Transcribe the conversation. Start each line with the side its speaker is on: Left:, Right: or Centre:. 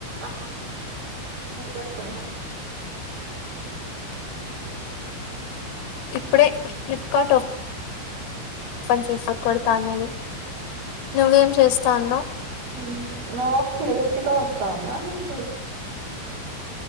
Right: ఆ ఏం చేస్తున్నారు
Left: ఇప్పుడే ఫ్లిప్కార్ట్ ఒక పని చేసి కొడతామని నువ్వేం చేస్తాన్నవ్
Right: ఊ నా వాయిస్ లేట్గా వస్తా వుందా నీకు